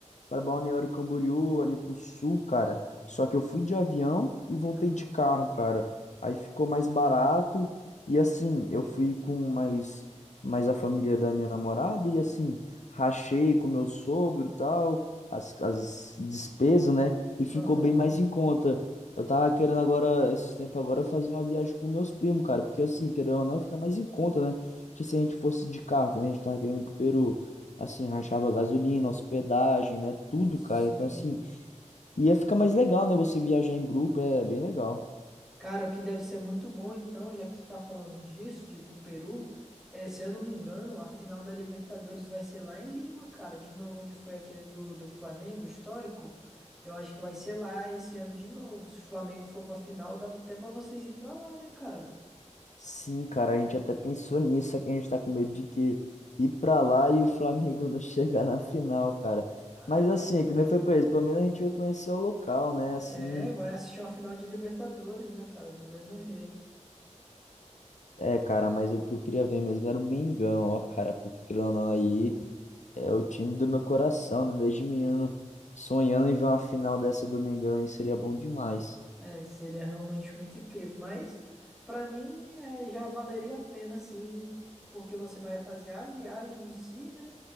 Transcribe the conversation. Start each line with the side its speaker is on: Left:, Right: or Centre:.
Left: para Balneário Camboriú, ali pro sul, cara. Só que eu fui de avião e voltei
Centre: Aham.
Left: de carro, cara. Aí ficou mais barato e assim, eu fui com mais mais a família da minha namorada e assim, rachei com meu sogro e tal, as, as despesas, né? E ficou
Centre: Aham.
Left: bem mais em conta. Eu tava querendo agora, esses tempos agora, fazer uma viagem com meus primos, cara, porque assim, querendo ou não, fica mais em conta, né? Que se a gente fosse de carro, que nem a gente tava querendo ir pro Peru, Assim, rachava gasolina, hospedagem, né? Tudo,
Centre: Sim.
Left: cara. Então, assim, ia ficar mais legal, né? Você viajar em grupo é bem legal.
Centre: Cara, o que deve ser muito bom, então, já que tu tá falando disso, de ir pro Peru, é, se eu não me engano, a final da Libertadores vai ser lá em Lima, cara, de novo, onde foi aquele do, do Flamengo histórico. Eu acho que vai ser lá esse ano de novo. Se o Flamengo for pra final, dá até pra vocês ir pra lá, né, cara?
Left: Sim, cara, a gente até pensou nisso, só que a gente tá com medo de que ir pra lá e o Flamengo não <laughs> chegar na final, cara.
Centre: Ah,
Left: Mas assim,
Centre: cara.
Left: é que nem foi pra eles, pelo menos a gente vai conhecer o local, né? Assim,
Centre: É, vai assistir uma final de Libertadores, né, cara? Do mesmo jeito.
Left: é, cara, mas o que eu queria ver mesmo era o Mengão, ó, cara, porque querendo ou não aí, é o time do meu coração, né? Desde menino, sonhando em ver uma final dessa do Mengão aí seria bom demais.
Centre: É, seria realmente muito incrível, mas pra mim é, já valeria a pena sim, porque você vai fazer a viagem em si, né?